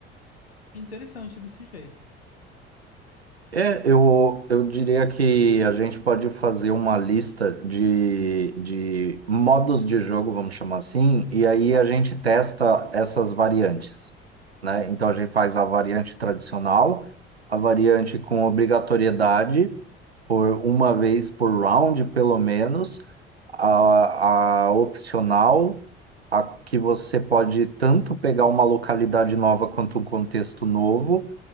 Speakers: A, on the left; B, on the right.
A: interessante desse jeito.
B: É, eu, eu diria que a gente pode fazer uma lista de, de modos de jogo, vamos chamar assim, e aí a gente testa essas variantes, né? Então a gente faz a variante tradicional, a variante com obrigatoriedade, por uma vez por round, pelo menos, a, a opcional, a que você pode tanto pegar uma localidade nova quanto um contexto novo